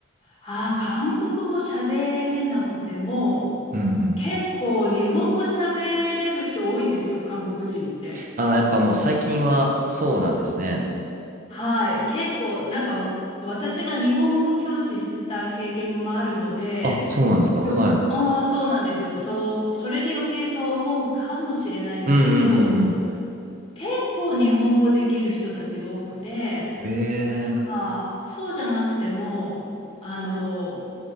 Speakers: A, on the left (about 25°); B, on the right (about 40°).
A: ああ、韓国語喋れなくても、
B: うんうん。
A: 結構日本語喋れる人多いんですよ、韓国人って。
B: ああやっぱもう最近はそうなんですね。
A: はい。結構、なんか、私が日本語教師してた経験もあるので、
B: あ、そうなんですか。
A: よ、
B: はい。
A: ああ、そうなんですよ。そう、それで余計そう思うかもしれないんですけど、
B: うんうんうん
A: 結構日本語できる人たちが多くて、
B: うん。ええ
A: ああ、そうじゃなくても、あの、